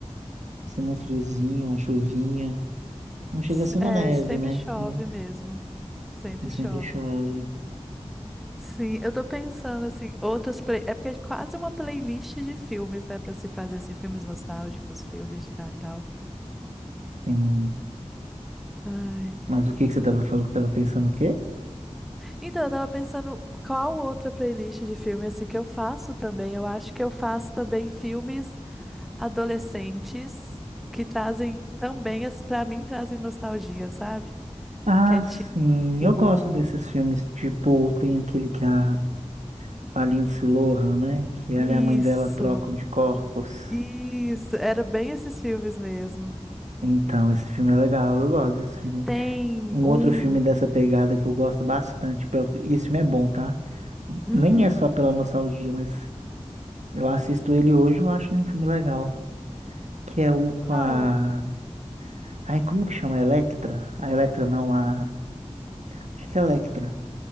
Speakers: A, on the right; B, in the centre.
A: ser um friozinho, uma chuvinha. Não chega
B: S-
A: a ser uma
B: É,
A: neve,
B: sempre
A: né?
B: chove
A: Mas
B: mesmo. Sempre
A: mas
B: chove.
A: sempre chove.
B: Sim, eu tô pensando assim, outras play... É porque é quase uma playlist de filmes, né, pra se fazer assim, filmes nostálgicos, filmes de Natal.
A: Sim.
B: Ai.
A: Mas o que que você tava falando que tava pensando o quê?
B: Então, eu tava pensando qual outra playlist de filme assim que eu faço também. Eu acho que eu faço também filmes adolescentes que trazem também, as- pra mim, trazem nostalgia, sabe?
A: Ah,
B: Que é
A: sim.
B: tipo,
A: Eu gosto desses filmes, tipo, tem aquele que a com a Lindsay Lohan, né? Que ela
B: isso,
A: e a mãe dela trocam de corpos.
B: isso, era bem esses filmes mesmo.
A: Então, esse filme é legal, eu gosto desse filme.
B: Tem
A: Um
B: um,
A: outro filme dessa pegada que eu gosto bastante, pelo- e esse filme é bom, tá?
B: hum,
A: Nem é só pela nostalgia, mas eu assisto ele hoje, eu acho ele um filme legal. Que é o com
B: qual?
A: a. Ai, como que chama? Electra? A Electra não, a. Acho que é Electra.